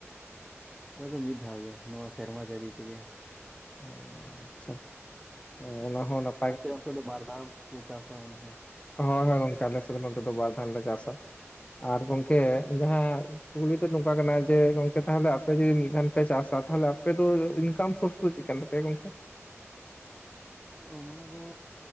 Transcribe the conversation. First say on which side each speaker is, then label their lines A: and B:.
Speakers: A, in the centre; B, on the left.
A: ᱟᱞᱮ ᱫᱚ ᱢᱤᱫ ᱫᱷᱟᱣ ᱜᱮ ᱱᱚᱣᱟ ᱥᱮᱨᱢᱟ ᱡᱟᱹᱲᱤ ᱛᱮᱜᱮ᱾
B: ᱚ ᱟᱪᱷᱟ ᱚᱱᱟ ᱦᱚᱸ ᱱᱟ-
A: ᱟᱯᱮ ᱚᱱᱛᱮ ᱫᱚ ᱵᱟᱨ ᱫᱷᱟᱣ ᱠᱚ ᱪᱟᱥᱟ ᱢᱚᱱᱮ ᱦᱚᱭ᱾
B: ᱦᱚᱭ ᱦᱚᱭ ᱜᱚᱝᱠᱮ ᱟᱞᱮ ᱥᱮᱫ ᱱᱚᱛᱮ ᱫᱚ ᱵᱟᱨ ᱫᱷᱟᱣ ᱞᱮ ᱪᱟᱥᱟ ᱟᱨ ᱜᱚᱝᱠᱮ ᱡᱟᱦᱟᱸ ᱠᱩᱠᱞᱤ ᱫᱚ ᱱᱚᱝᱠᱟ ᱠᱟᱱᱟ ᱡᱮ ᱜᱚᱝᱠᱮ ᱛᱟᱦᱚᱞᱮ ᱟᱯᱮ ᱡᱮ ᱢᱤᱫ ᱫᱷᱟᱱ ᱯᱮ ᱪᱟᱥᱟ ᱛᱟᱦᱚᱞᱮ ᱟᱯᱮ ᱫᱚ ᱤᱱᱠᱟᱢ ᱥᱚᱨᱥ- ᱪᱤᱠᱟᱱ ᱛᱟᱯᱮᱭᱟ ᱜᱚᱢᱠᱮ᱾
A: ᱚᱱᱟ ᱫᱚ